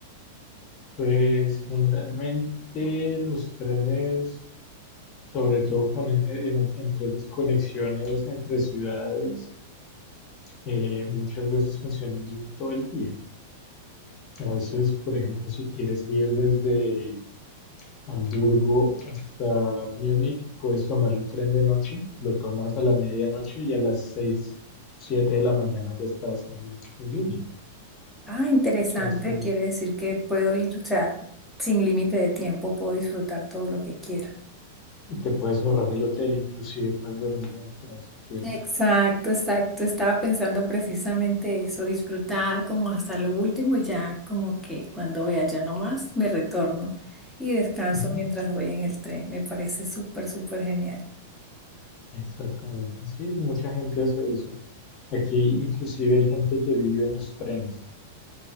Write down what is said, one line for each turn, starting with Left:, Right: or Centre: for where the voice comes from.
Left: pues generalmente los trenes, sobre todo con, en- en- entre esas conexiones entre ciudades, eh, muchas veces funcionan todo el día. A veces, por ejemplo, si quieres ir desde Hamburgo hasta Múnich, puedes tomar un tren de noche, lo tomas a la medianoche y a las seis siete de la mañana ya estás en, en Múnich.
Centre: Ah, interesante,
Left: Entonces,
Centre: quiere decir que puedo ir, o sea, sin límite de tiempo, puedo disfrutar todo lo que quiera.
Left: y te puedes ahorrar el hotel, inclusive puedes dormir en el tren si quieres.
Centre: Exacto, exacto. Estaba pensando precisamente eso, disfrutar como hasta lo último y ya como que cuando voy allá nomás me retorno y descanso
Left: Ujú,
Centre: mientras voy en el tren. Me parece súper, súper genial.
Left: Exactamente, sí, mucha gente hace eso. Aquí inclusive hay gente que vive en los trenes.